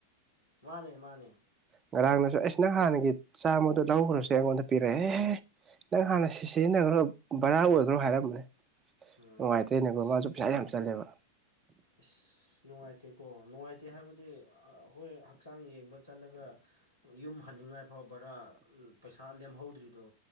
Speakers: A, on the left; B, on the right.
A: ꯃꯥꯅꯦ ꯃꯥꯅꯦ
B: ꯉꯔꯥꯡꯅꯁꯨ ꯑꯩꯁ ꯅ ꯍꯥꯟꯅꯒꯤ ꯆꯥꯝꯃꯗꯨ ꯂꯧꯈ꯭ꯔꯁꯦ ꯑꯩꯉꯣꯟꯗ ꯄꯤꯔꯛꯑꯦ ꯅꯪ ꯍꯥꯟꯅ ꯁꯤ ꯁꯤꯖꯤꯟꯅꯒ꯭ꯔꯣ ꯕꯔꯥ ꯑꯣꯏꯒ꯭ꯔꯣ ꯍꯥꯏꯔꯝꯕꯅꯦ
A: ꯎꯝ
B: ꯅꯨꯡꯉꯥꯏꯇꯦꯅꯦꯀꯣ
A: ꯑꯁ
B: ꯃꯥꯁꯨ ꯄꯩꯁꯥ ꯌꯥꯝ ꯆꯜꯂꯦꯕ
A: ꯏꯁ ꯅꯨꯡꯉꯥꯏꯇꯦꯀꯣ ꯅꯨꯡꯉꯥꯏꯇꯦ ꯍꯥꯏꯕꯗꯤ ꯑꯥ ꯍꯣꯏ ꯍꯛꯆꯥꯡ ꯌꯦꯡꯕ ꯆꯠꯂꯒ ꯌꯨꯝ ꯍꯟꯅꯤꯡꯉꯥꯏ ꯐꯥꯎ ꯕꯔꯥ ꯄꯩꯁꯥ ꯂꯦꯝꯍꯧꯗ꯭ꯔꯤꯗꯣ